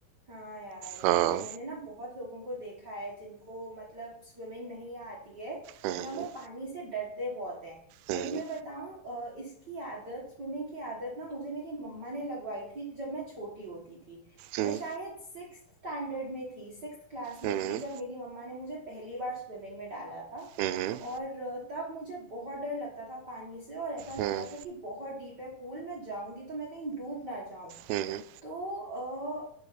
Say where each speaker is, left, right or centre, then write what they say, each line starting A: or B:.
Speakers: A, on the right; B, on the right.
A: हाँ यार
B: हाँ
A: अ, मैंने ना बहुत लोगों को देखा है जिनको मतलब स्विमिंग नहीं आती है
B: हम्म
A: या वो पानी से डरते बहुत हैं
B: हम्म
A: मैं तुम्हें बताऊं अ, इसकी आदत स्विमिंग की आदत ना मुझे मेरी मम्मा ने लगवाई थी जब मैं छोटी होती थी
B: हम्म
A: मैं शायद सिक्स्थ स्टैंडर्ड में थी सिक्स्थ क्लास में
B: हम्म
A: थी जब मेरी मम्मा ने मुझे पहली बार स्विमिंग में डाला था
B: हम्म
A: और अ, तब मुझे बहुत डर लगता था पानी से और ऐसा लगता
B: हम्म
A: था कि बहुत डीप है पूल मैं जाऊंगी तो मैं कहीं डूब ना जाऊं
B: हम्म
A: तो